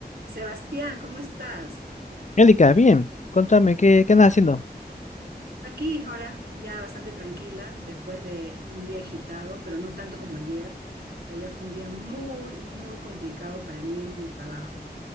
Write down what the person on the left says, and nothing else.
Angélica, bien, contame, ¿qué, qué andas haciendo?